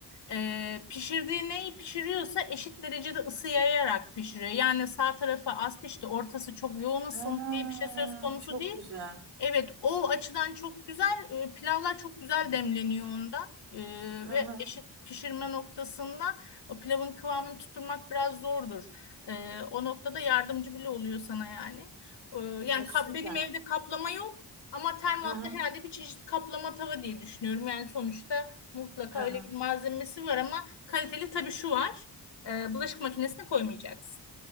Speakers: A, on the left (about 80°); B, on the right (about 80°).
A: Ee, pişirdiği neyi pişiriyorsa eşit derecede ısı yayarak pişiriyor. Yani sağ tarafı az pişti, ortası çok yoğun ısındı
B: Ha,
A: diye bir şey söz konusu
B: çok
A: değil.
B: güzel.
A: Evet, o açıdan çok güzel. e, Pilavlar çok güzel demleniyor onda. E,
B: Hı
A: ve
B: hı.
A: eşit pişirme noktasında o pilavın kıvamını tutturmak biraz zordur. E, o noktada yardımcı bile oluyor sana yani. E, yani
B: Ha, süper.
A: kap, benim evde kaplama yok ama termoatta
B: Hı hı.
A: herhalde bir çeşit kaplama tava diye düşünüyorum. Yani sonuçta mutlaka
B: Hı hı.
A: öyle bir malzemesi var ama kaliteli tabii şu var. E, bulaşık makinesine koymayacaksın.